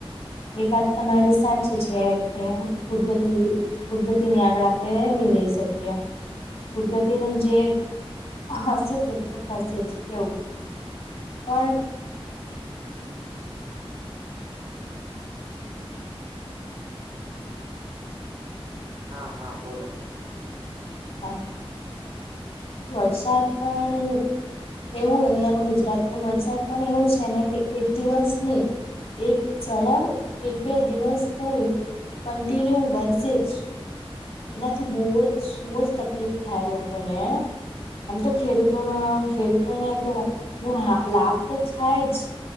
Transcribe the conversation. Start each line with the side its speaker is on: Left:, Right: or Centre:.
Left: એ વાત તમારી સાચી છે, કે કુદરતી કુદરતીની આગળ આપણે ની રેય શકીએ કુદરતીનું જે હશે તે તો થશે જ એવું પણ
Right: હા હા બોલો
Left: હા. વરસાદ પણ એવું અહિયાંનુ ગુજરાતનુ વરસાદ પણ એવું છે, ને કે એક દિવસ ની એક સાળા એક બે દિવસ તો કન્ટિન્યુ વર્સે જ એનાથી બો જ બો જ તકલીફ થાય લોકોને એમ તો ખેડૂતોનો ખેડૂતોને તો બો લાભ તો થાય જ